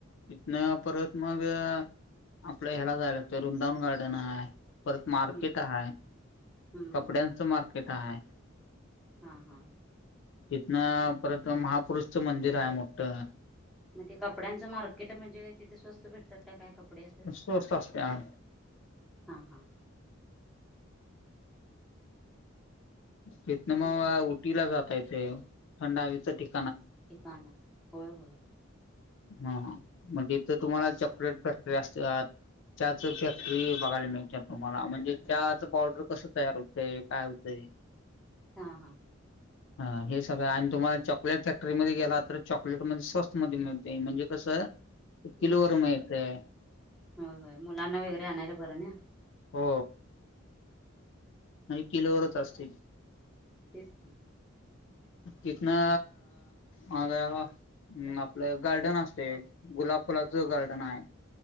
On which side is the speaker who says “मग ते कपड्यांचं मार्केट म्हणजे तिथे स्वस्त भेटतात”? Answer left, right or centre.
Centre